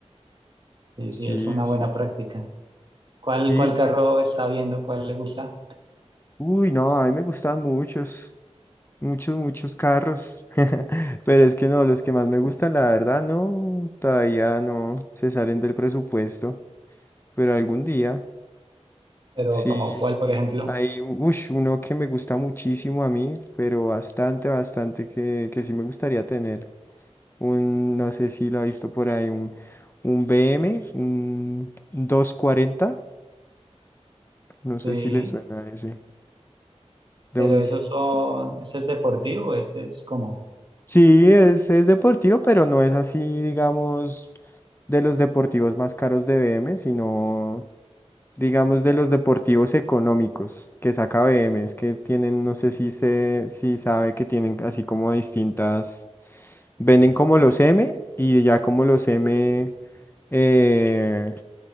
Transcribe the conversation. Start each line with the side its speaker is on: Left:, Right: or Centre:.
Right: sí, sí,
Left: Sí,
Right: es una
Left: sí,
Right: buena práctica. ¿Cuál,
Left: sí,
Right: cuál
Left: sí.
Right: carro está viendo? ¿Cuál le gusta?
Left: Uy, no, a mí me gustan muchos, muchos, muchos carros. <laughs> Pero es que no, los que más me gustan, la verdad, no, todavía no se salen del presupuesto. Pero algún día,
Right: Pero
Left: sí.
Right: como cuál, por ejemplo.
Left: Hay ush, uno que me gusta muchísimo a mí, pero bastante, bastante que, que sí me gustaría tener. un, no sé si la ha visto por ahí, un, un BM, un un doscientos cuarenta no sé
Right: Sí,
Left: si le suena a ese. De
Right: pero
Left: un, s-
Right: esos son, ese es deportivo, ese es como,
Left: sí, es, es deportivo, pero no es así, digamos, de los deportivos más caros de BM, sino, digamos, de los deportivos económicos que saca BM, es que tienen, no sé si se, si sabe que tienen así como distintas, venden como los M y ya como los M. eh,